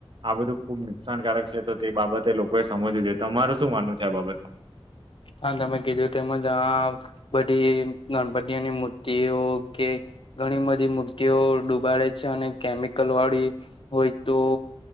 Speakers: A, on the right; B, on the left.
A: આ બધું ખુબ નુકસાનકારક છે તો તે બાબતે લોકોએ સમજવું જોઈએ તમારે શું માનવું છે આ બાબત?
B: હા તમે કીધું તેમજ આ બધી ગણપતિઓની મૂર્તિઓ કે ઘણી બધી મૂર્તિઓ ડૂબાડે છે અને કેમિકલ વાળી હોય તો